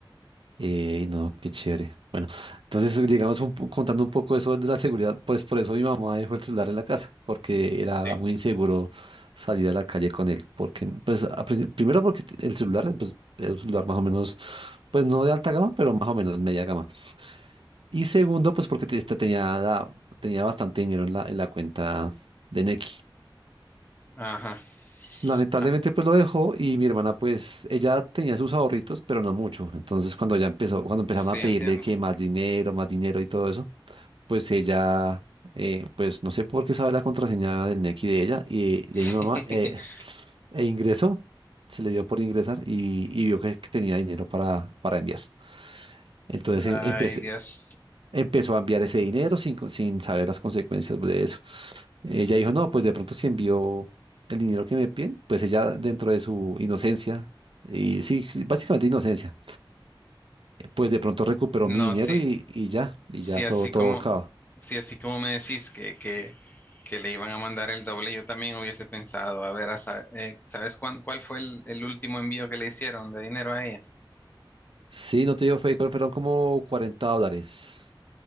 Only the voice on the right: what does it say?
Eh, no, qué chévere. Bueno, entonces llegamos un po- contando un poco eso de la seguridad, pues por eso mi mamá dejó el celular en la casa, porque era
muy inseguro salir a la calle con él, porque pues a princi- primero porque el celular pues, es un celular más o menos, pues no de alta gama, pero más o menos media gama. Y segundo, pues porque te- este tenía, tenía bastante dinero en la, en la cuenta de Nequi.
Lamentablemente
pues lo dejó y mi hermana pues ella tenía sus ahorritos, pero no mucho. Entonces cuando ya empezó, cuando empezaron
a
pedirle que más dinero, más dinero y todo eso, pues ella, eh, pues no sé por qué sabe la contraseña del Nequi de ella y de
mi mamá, eh, e ingresó, se le dio por ingresar y, y vio que, que tenía dinero para, para enviar. Entonces
em- empecé,
empezó a enviar ese dinero sin, co- sin saber las consecuencias de eso. Ella dijo, no, pues de pronto si envió el dinero que me piden, pues ella dentro de su inocencia, y sí, sí, básicamente inocencia, pues de pronto recuperó mi
dinero
y, y ya, y
ya
todo, todo
acaba.
Sí, no te digo, fue, fueron como 40 dólares